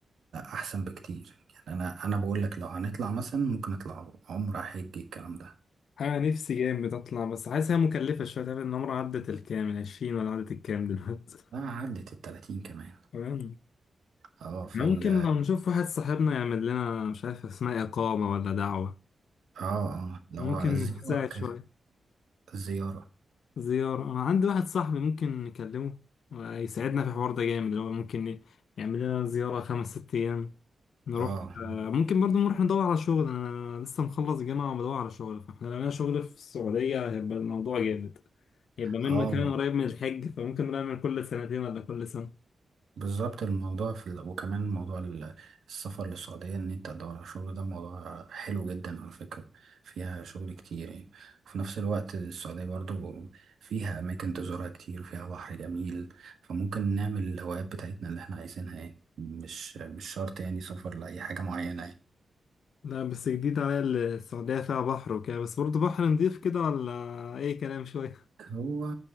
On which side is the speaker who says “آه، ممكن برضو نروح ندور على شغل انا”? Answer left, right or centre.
Left